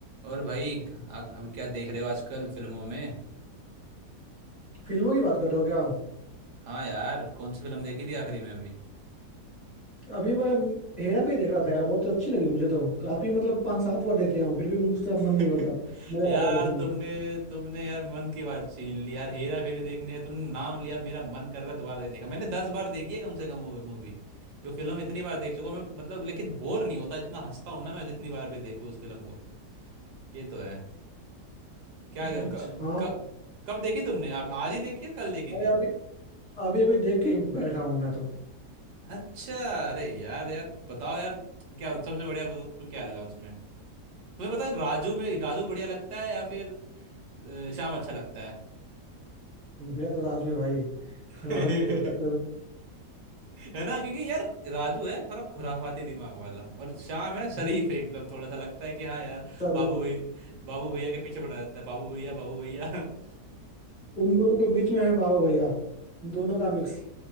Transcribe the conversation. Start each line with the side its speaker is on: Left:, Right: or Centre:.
Right: और भाई आ, अभी क्या देख रहे हो आजकल फिल्मों में
Left: फिल्मों की बात कर रहे हो क्या
Right: हाँ यार कौन सी फिल्म देखी थी आखिरी में अभी
Left: अभी मैं हेरा फेरी देख रहा था यार बहुत अच्छी लगी मुझे तो काफी मतलब पांच सात बार देख लिया हूँ फिर भी मुझसे मन नहीं
Right: <laughs>
Left: भरता मजा
Right: यार
Left: आता है देखने में
Right: तुमने
Left: तो
Right: तुमने यार मन की बात छीन ली यार हेरा फेरी देखने का तुमने नाम लिया मेरा मन कर रहा है दोबारा देखने का मैंने दस बार देखी है कम से कम वो मूवी ये फिल्म इतनी बार देख चुका हूं मैं मतलब लेकिन बोर नहीं होता इतना हंसता हूं ना मैं जितनी बार भी देखूं उस फिल्म को ये तो है क्या
Left: अच्छा
Right: क,
Left: हाँ
Right: क, कब देखी तुमने आप आज ही देखी या कल देखी
Left: अरे
Right: थी
Left: अभी अभी अभी देख के ही बैठा हूँ मैं तो
Right: अच्छा अरे यार यार बताओ यार क्या सबसे बढ़िया बताओ तुम्हें क्या लगा उसमें? तुम्हें पता है राजू में राजू बढ़िया लगता है या फिर अ, श्याम अच्छा लगता है
Left: मेरा तो राजू है भाई राजू
Right: <laughs>
Left: कोई टक्कर
Right: है ना क्योंकि यार राजू है थोड़ा खुराफाती दिमाग वाला और श्याम है
Left: <laughs>
Right: शरीफ
Left: नहीं।
Right: एकदम थोड़ा सा लगता है कि हाँ यार
Left: सर,
Right: बाबू भैया बाबू भैया के पीछे पड़ा रहता है बाबू भैया बाबू भैया <laughs>
Left: उन दोनों के बीच में है बाबू भैया दोनों का मिक्स